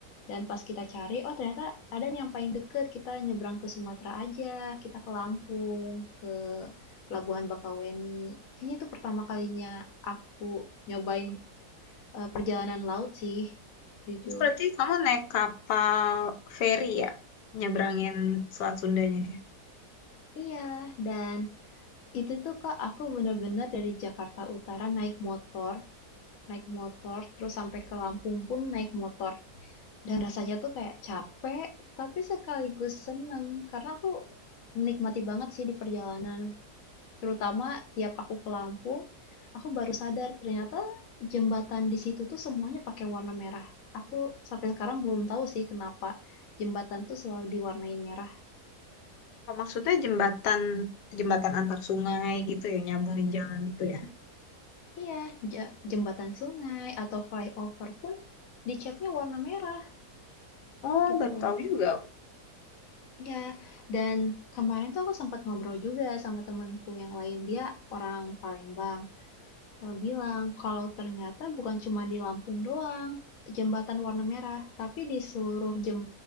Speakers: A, on the left; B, on the left.
A: Dan pas kita cari, oh ternyata ada nih yang paling deket, kita nyebrang ke Sumatera aja, kita ke Lampung, ke Pelabuhan Bakaweni. Kayaknya itu pertama kalinya aku nyobain eh, perjalanan laut sih, jujur.
B: Itu berarti kamu naik kapal feri ya nyebrangin Selat Sundanya?
A: Iya, dan itu tuh Kak, aku bener-bener dari Jakarta Utara naik motor Naik motor, terus sampai ke Lampung pun naik motor. Dan rasanya tuh kayak capek, tapi sekaligus seneng. Karena aku menikmati banget sih di perjalanan. Terutama tiap aku ke Lampung, aku baru sadar ternyata jembatan di situ tuh semuanya pakai warna merah. Aku sampai sekarang belum tahu sih kenapa jembatan tuh selalu diwarnai merah.
B: Oh, maksudnya jembatan jembatan antar sungai gitu ya, nyambungin jalan gitu ya.
A: Iya, ja- jembatan sungai atau flyover pun dicatnya warna merah
B: Oh,
A: gitu.
B: baru tahu juga aku
A: ya dan kemarin tuh aku sempat ngobrol juga sama temanku yang lain, dia orang Palembang. Dia bilang kalau ternyata bukan cuma di Lampung doang jembatan warna merah, tapi di seluruh jem